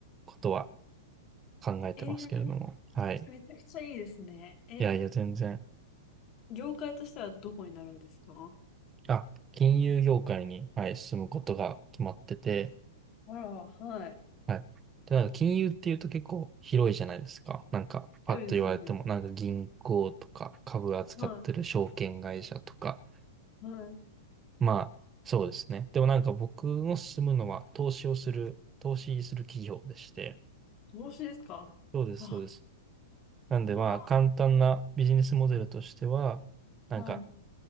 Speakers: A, on the right (about 15°); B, on the left (about 30°).
A: ことは考えてますけれども、
B: えー
A: はい。
B: めちゃくちゃいいですね。え、
A: いやいや全然、
B: 業界としてはどこになるんですか
A: あ、金融業界に、はい、進むことが決まってて、
B: あら、はい。
A: はい。で、なんか金融っていうと結構広いじゃないですか。なんか、パッと言われても、
B: 広いですね。
A: なんか銀行とか株扱ってる証券会社とか。
B: はい、はい。
A: まあ、そうですね。でもなんか僕の進むのは投資をする、投資する企業でして。
B: 投資ですかあ、
A: そうです、そうです。なんでまあ、
B: わ
A: 簡単なビジネスモデルとしては、なんか、
B: あ、はい。